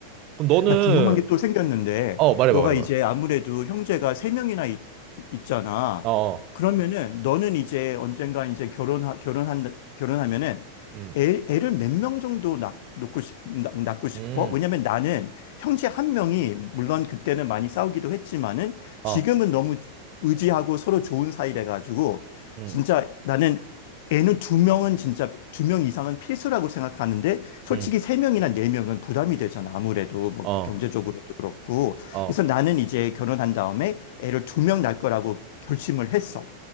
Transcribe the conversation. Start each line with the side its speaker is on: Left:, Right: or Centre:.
Right: 그럼 너는
Left: 나 궁금한 게 또 생겼는데,
Right: 어 말해봐
Left: 너가
Right: 말해봐.
Left: 이제 아무래도 형제가 세 명이나 있, 있잖아.
Right: 어, 어.
Left: 그러면은 너는 이제 언젠가 이제 결혼 결혼한 결혼하면은
Right: 음,
Left: 애, 애를 몇 명 정도 낳, 놓고 싶, 낳, 낳고 싶어?
Right: 음,
Left: 왜냐면 나는 형제 한 명이 물론 그때는 많이 싸우기도 했지만은
Right: 어,
Left: 지금은 너무 의지하고 서로 좋은 사이래 가지고
Right: 음,
Left: 진짜 나는 애는 두 명은 진짜 두 명 이상은 필수라고 생각하는데 솔직히
Right: 음,
Left: 세명이나네명은 부담이 되잖아. 아무래도 뭐
Right: 어,
Left: 경제적으로도 그렇고.
Right: 어,
Left: 그래서 나는 이제 결혼한 다음에 애를 두 명 낳을 거라고 결심을 했어.